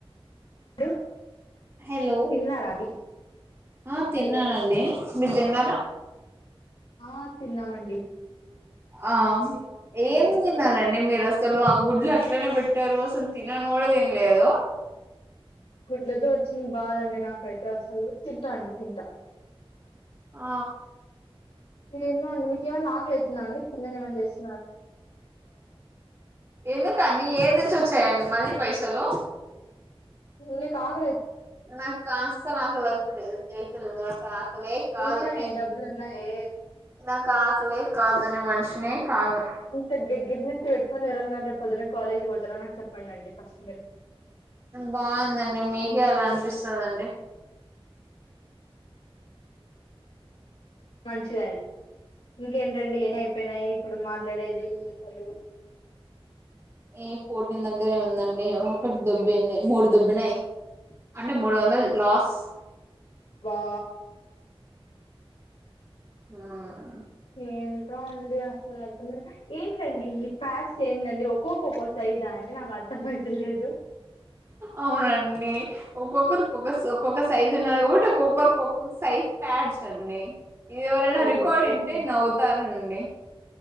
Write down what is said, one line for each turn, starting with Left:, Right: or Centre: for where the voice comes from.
Left: డు
Right: హలో
Left: తిన్నారా అండి
Right: ఆ తిన్నానండి
Left: హలో
Right: మీర్ తిన్నరా
Left: ఆ తిన్నామండి
Right: ఆమ్ ఏం తిన్నారండ మీరసలు ఆ గుడ్లట్లనే పెట్ ట్టారు అస్సల్ తినంకుడదిన్లేదూ
Left: గుడ్లతో ఓచ్చింది బాదండి నాకైతే అసలు తింటా అండి తింటా
Right: ఆ
Left: ఏందో అండి మీకేమన్నా అక్కలైతుంద అండి కిందనే ఏమన్నా జేస్
Right: ఎందుకండి ఏడ్ నుంచి ఓచ్చాయండి మళ్ళీ పైసలు
Left: నీక్ అకల్
Right: నాక్ ఆస్సల్ ఆకలైతలేదు ఏదలేద్ నాక్ ఆక్ కలే కాదు
Left: ఉన్నాయి
Right: నేన్
Left: డబ్బులు ఉన్నాయి
Right: నాక్ ఆకలే కాదు నే మనిషినే కాదు
Left: ఇంత డిగ్గిర్నట్ <unintelligible> పొదున్న కాలేజీ పోతార నాచేప్పండిండి ఫస్ట్ మీరు
Right: బావుదండి మీకే అలా అనిపిస్తదండి
Left: మంచిఅండి ఇంకేంటండి ఏనైయిపోయినాయి ఇప్పుడు మాట్లాడేది అసలు
Right: ఏ ఫోట్టిన్ దగ్గరే ఉందండి ఒకటి దుబ్బింది మూడు దుబ్బినై అంటే మూడు వందలు లాస్
Left: వా
Right: మ్మ్
Left: ఎంటో అండీ అసలర్థమే ఏంటండి ఈ ప్యాడ్స్ ఏందండి ఒ కొకొక్క సైజా అండి నాకు అర్థమైతలేదు
Right: అవునండి ఒక్కొక్కరిక్ ఒకస్ ఒక్కొక్క సైజు ఉన్నది కాబట్ ఒక్కొక్కరికి ఒక్కొక్క సైజ్ ప్యా డ్స్ అండి ఎవరైనా
Left: ఓ
Right: రికార్డ్ ఈట్టే
Left: ఓకే
Right: నవ్వుతారండి